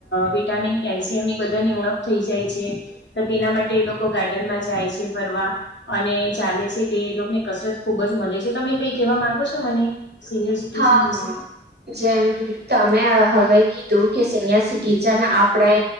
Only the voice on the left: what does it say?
વિટામિન કેલ્શિયમ બધાની ઉણપ થઈ જાય છે તો તેના માટે એ લોકો ગાર્ડનમાં જાય છે ફરવા અને ચાલે છે તે લોકોની કસરત ખુબ જ મળે છે તને તમે કઈ કેવા માંગો છો મને? સિનિયર સિટીઝન
વિશે